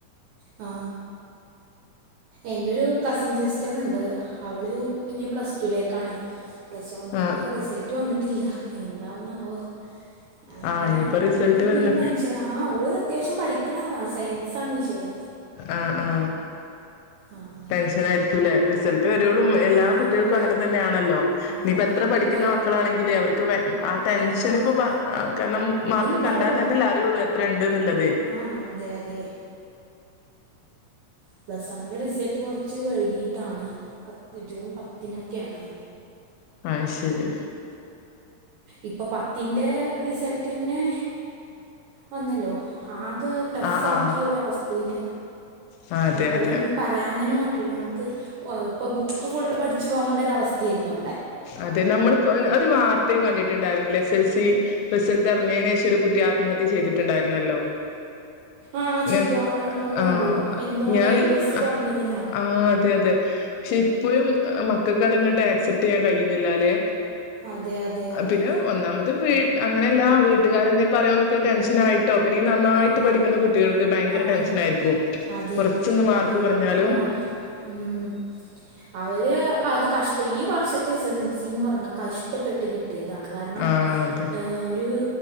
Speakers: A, on the right; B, on the left.
A: ആ എന്റെ ഒരു കസിൻ സിസ്റ്റർ ഉണ്ട് അവള് ഇനി പ്ലസ്ടുലേക്കാണ് പ്ലസ് വണ്ണിന്റെ
B: ആ
A: റിസൾട്ട് വന്നിട്ട് ഇല്ല എന്താവ്ന്നാവോ അങ്ങനെ
B: ആ ഇനിയിപ്പോ റിസൾട്ട്
A: ഓൾക്ക്പ്പോ
B: വരുന്ന
A: പെരും ടെൻഷന ആ ഓള് അത്യാവശ്യം പഠിക്കണ ആളാ സയൻസ് ആണ് വിഷയം
B: ആ ആ
A: ആ
B: ടെൻഷന ആയിരി ത്ത്ലെ റിസൾട്ട് വ കുട്ടികളും എല്ലാ
A: ആ
B: കുട്ടികൾക്കു അങ്ങനെ തന്നെയാണല്ലോ
A: ആ
B: ഇനിയിപ്പ എത്ര പഠിക്കുന്ന
A: ഇപ്പോൾ
B: മക്കളാണെങ്കിലേ അവർക്ക് ആ ടെൻഷൻ
A: ആ
B: ഇപ്പൊ കാരണം
A: അതുണ്ടാവും
B: മാർക്ക് കണ്ടാ തന്നെല്ലേ അറിയുള്ളൂ എത്ര ണ്ട്ന്നുള്ളത്
A: ആ അതെ അതെ പ്ലസ് വൺന്റെ റിസൾട്ട് കുറച്ച് വൈ ഗീട്ടാണ് പത്ത് ജൂൺ പത്തിനൊക്കെയാണ്
B: അഹ് ശരി
A: ഇപ്പൊ പത്തിന്റെ റിസൾട്ടന്നെ വന്നല്ലോ ആകെ ടഫ്
B: ആ ആ
A: ആക്കിയൊരവസ്ഥയില്
B: ആ അതെ
A: മക്കളെയൊന്നും
B: അതെ
A: പറയാ തന്നെ പറ്റൂല നമുക്ക് ഓ അഹ്പ്പോ ബുക്ക് ഫുള്ള് പഠിച്ച് പോകേണ്ട ഒരവസ്ഥയായിരുന്നു.
B: അതെ നമ്മളിപ്പോ ഒരു ഒരു വാർത്തയും കണ്ടിട്ടുണ്ടായിരുന്നില്ല എസ് എൽസി റിസൾട്ട് അറിഞ്ഞേന് ശേഷം ഒരു കുട്ടി ആത്മഹത്യ ചെയ്തിട്ടുണ്ടായിരുന്നല്ലോ
A: ആ ചെയ്തു
B: ഞാ
A: ആ അത് കണ്ടു
B: ആ
A: എന്തോ
B: ഞാൻ
A: എ
B: വി
A: പ്ലസ്
B: ഹ
A: കുറഞ്ഞതിനോ
B: ആഹ് അതെ അതെ പക്ഷെ ഇപ്പോഴും മക്കൾക്ക് അതങ്ങട്ട് ആക്സെപ് യ്യാൻ കഴിയുന്നില്ല ല്ലേ
A: അതെ അതെ അതെ
B: പിന്നെ ഒന്നാമത് വീ അങ്ങനെല്ലാ വീട്ടുകാരെന്തെ പറയന്നൊക്കെ ടെഷൻ ആയി ട്ടോ പിന്നെയീ നന്നായിട്ട്
A: ആഹ്
B: പഠിക്കുന്ന കുട്ടികൾക്ക് ഭയങ്കര
A: ആഹ്
B: ടെൻഷൻ ആയിരിക്കും
A: അതെ
B: കുറച്ചൊന്ന് മാർക്ക്
A: അതെ
B: കുറഞ്ഞാലും
A: ഒരുപാ ഉം അവര് അത് കഷ്ടി ഈ വർഷത്തെ എസ് എസ് എൽ സിന്ന് പറഞ്ഞാൽ കഷ്ടപ്പെട്ട് കിട് ട്ടിയതാണ് കാരണം
B: ആഹ് അതെ
A: ഏ ഒരു